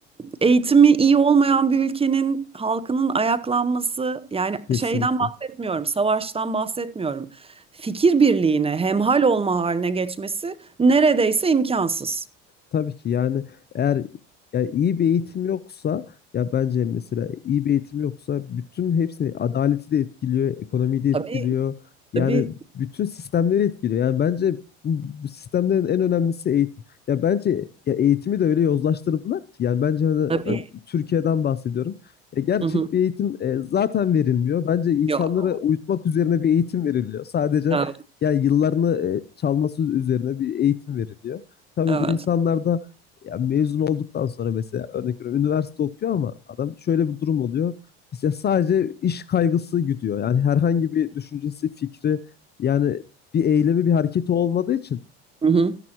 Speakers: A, on the right; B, on the left.
A: eğitimi iyi olmayan bir ülkenin halkının ayaklanması, yani
B: Kesinlikle.
A: şeyden bahsetmiyorum, savaştan bahsetmiyorum. Fikir birliğine, hemhal olma haline geçmesi neredeyse imkansız.
B: Tabii ki yani eğer yani iyi bir eğitim yoksa ya bence mesela iyi bir eğitim yoksa bütün hepsini adaleti de etkiliyor, ekonomiyi de etkiliyor.
A: Tabii,
B: Yani
A: tabii,
B: bütün sistemleri etkiliyor. Yani bence bu, bu sistemlerin en önemlisi eğitim. Ya bence ya eğitimi de öyle yozlaştırdılar ki yani bence hani
A: tabii.
B: ben Türkiye'den bahsediyorum. E, gerçek
A: Hı hı.
B: bir eğitim e, zaten verilmiyor. Bence insanlara
A: Yok,
B: uyutmak üzerine bir eğitim veriliyor. Sadece
A: evet,
B: yani yıllarını e, çalması üzerine bir eğitim veriliyor tabii
A: evet.
B: bu insanlar da ya mezun olduktan sonra mesela örnek veriyorum üniversite okuyor ama adam şöyle bir durum oluyor. İşte sadece iş kaygısı gidiyor. Yani herhangi bir düşüncesi, fikri yani bir eylemi, bir hareketi olmadığı için
A: Hı hı.